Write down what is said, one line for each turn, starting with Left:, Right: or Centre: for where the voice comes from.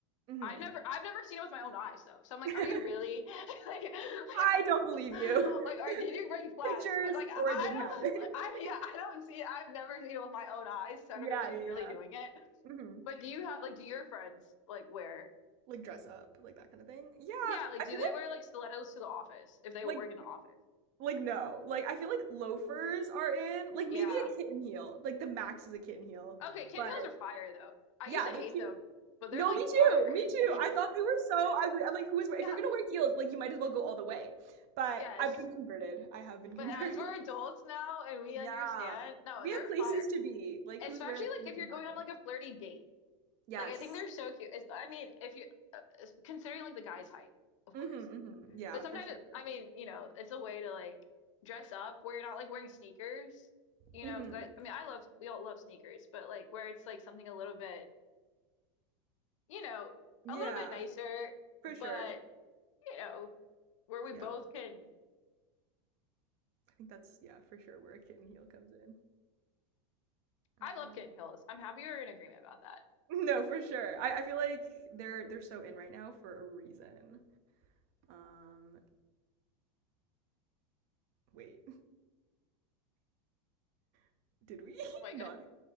Right: Mhm.
Left: I've never I've never seen it with my own eyes though. So I'm like,
Right: <laughs>
Left: are you really <laughs> like, like
Right: I don't believe
Left: like
Right: you.
Left: are did you bring
Right: <laughs>
Left: flats?
Right: Pictures
Left: Because like I
Right: or it didn't
Left: I
Right: happen.
Left: don't like, I
Right: <laughs>
Left: yeah, I don't see it. I've never seen it with my own eyes, so I
Right: Yeah,
Left: don't know if she's
Right: yeah, yeah.
Left: really doing it.
Right: Mhm.
Left: But do you have like do your friends like wear
Right: Like dress up, like that kind of thing. Yeah,
Left: yeah, like
Right: I
Left: do
Right: feel
Left: they
Right: like
Left: wear like stilettos to the office if they
Right: like
Left: work in the office?
Right: like no. Like I feel like loafers are in. Like
Left: Yeah.
Right: maybe a kitten heel. Like the max is a kitten heel.
Left: Okay, Ken
Right: But
Left: heels are fire though. I
Right: yeah,
Left: used to
Right: they're
Left: hate
Right: cute.
Left: them, but they're
Right: No,
Left: like
Right: me
Left: fire.
Right: too. Me too.
Left: <laughs>
Right: I thought they were so ugly. I'm like, who is if
Left: Yeah,
Right: you're gonna wear heels, like you might as well go all the way. But
Left: yes.
Right: I've been converted. I have been converted.
Left: But as we're
Right: <laughs>
Left: adults now and we
Right: Yeah.
Left: understand, no,
Right: We
Left: they're
Right: have places
Left: fire.
Right: to be. Like
Left: Especially
Right: who's wearing
Left: like
Right: anything
Left: if you're going
Right: higher?
Left: on like a flirty date.
Right: Yes.
Left: Like I think they're so cute. It's- I mean, if you uh, uh, considering like the guy's height, of
Right: Mm-hmm,
Left: course.
Right: mm-hmm. Yeah,
Left: But sometimes
Right: for sure.
Left: I mean, you know, it's a way to like dress up where you're not like wearing sneakers, you
Right: Mm-hmm.
Left: know? Because I I mean, I love we all love sneakers, but like where it's like something a little bit, you know,
Right: Yeah,
Left: a little bit nicer,
Right: for
Left: but
Right: sure.
Left: you know, where we
Right: Yeah.
Left: both can
Right: I think that's yeah, for sure where a kitten heel comes in.
Left: I
Right: Um
Left: love kitten heels. I'm happy we're in agreement about that.
Right: <laughs> No, for sure. I, I feel like they're they're so in right now for a reason. Um wait, <laughs> did we
Left: Oh
Right: <laughs>
Left: my
Right: not?
Left: God.